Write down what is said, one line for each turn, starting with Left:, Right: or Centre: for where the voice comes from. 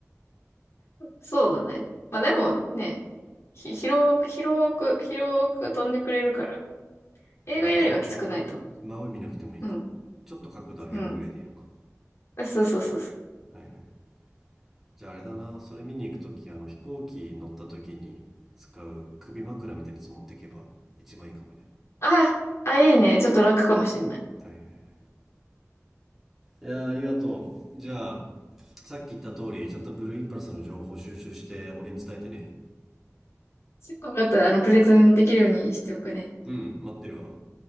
Left: そうだね。まあでもね、ひ、広く、広く、広く飛んでくれるから、映画よりはきつくないと思
Centre: わあそんな真上見なくてもいいか
Left: う。うん。
Centre: ちょっと角度上げるぐらいでいいのか
Left: うん。そうそうそうそう。
Centre: はいはいじゃああれだなそれ見に行く時あの飛行機乗った時に使う首枕みたいなやつ持ってけば一番いいかもね
Left: あ、あ、いいね。ちょっと楽かもしれない。
Centre: はいはいいやあありがとうじゃあさっき言った通りちゃんとブルーインパルスの情報収集して俺に伝えてね
Left: わかった。あの、プレゼンできるようにしておくね。
Centre: うん待ってるわ